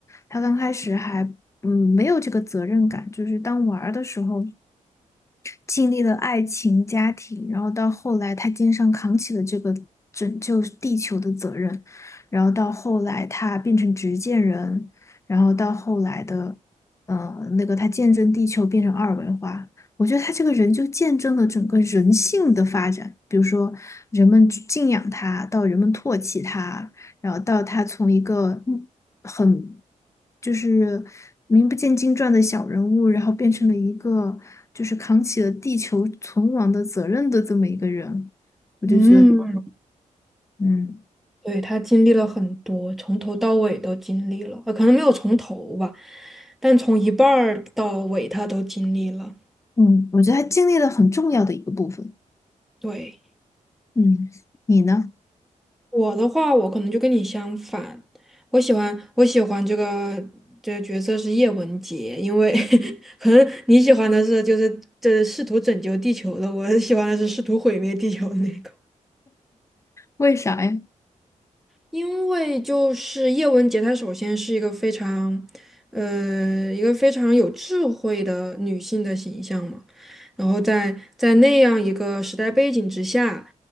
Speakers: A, on the left; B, in the centre.
A: 他刚开始还嗯没有这个责任感，就是当玩儿的时候经历了爱情、家庭，然后到后来他肩上扛起了这个拯救地球的责任，然后到后来他变成执剑人，然后到后来的，呃，那个他见证地球变成二维化。我觉得他这个人就见证了整个人性的发展，比如说人们敬仰他，到人们唾弃他，然后到他从一个很就是名不见经传的小人物，然后变成了一个就是扛起了地球存亡的责任的这么一个人，我就觉得，
B: 嗯，
A: 嗯
B: 对，他经历了很多，从头到尾都经历了，呃，可能没有从头吧，但从一半儿到尾他都经历了。
A: 嗯，我觉得他经历了很重要的一个部分。
B: 对，
A: 嗯，你呢？
B: 我的话，我可能就跟你相反，我喜欢我喜欢这个这个角色是叶文洁，因为 <laughs> 可能你喜欢的是就是这试图拯救地球的，我喜欢的是试图毁灭地球的那个。
A: 为啥呀？
B: 因为就是叶文洁，她首先是一个非常，呃，一个非常有智慧的女性的形象嘛。然后在在那样一个时代背景之下，